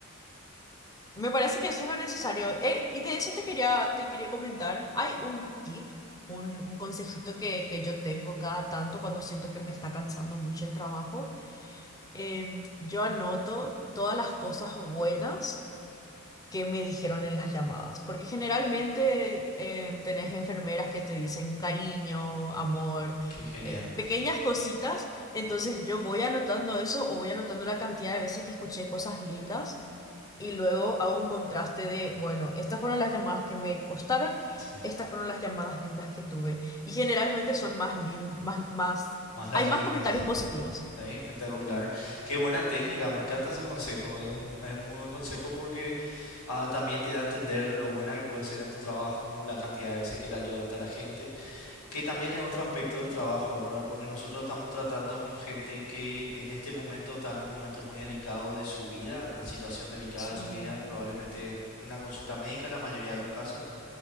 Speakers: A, on the left (about 15°); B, on the left (about 85°).
A: Me parece que eso es lo necesario. Eh, y de eso te quería, te quería comentar. Hay un tip, un, un consejito que, que yo tengo cada tanto cuando siento que me está cansando mucho el trabajo. Em, yo anoto todas las cosas buenas que me dijeron en las llamadas, porque generalmente em, tenés enfermeras que te dicen cariño, amor,
B: Qué genial.
A: eh, pequeñas cositas. Entonces yo voy anotando eso o voy anotando la cantidad de veces que escuché cosas lindas y luego hago un contraste de, bueno, estas fueron las llamadas que me costaron,
B: Sí.
A: estas fueron las llamadas lindas que tuve. Y generalmente son más lin, más, más,
B: Más las
A: hay
B: lindas.
A: más comentarios positivos.
B: Sí, espectacular. Qué buena técnica, me encanta ese consejo. Es un, es muy buen consejo porque ah, también te da a entender lo buena que puede ser en tu trabajo, la cantidad de veces que le ayudaste a la gente. que también es otro aspecto del trabajo, ¿verdad? Porque nosotros estamos tratando con gente que en este momento está en un momento muy delicado de su vida, una situación delicada
A: Sí,
B: de su vida, probablemente en una consulta médica en la mayoría de los casos.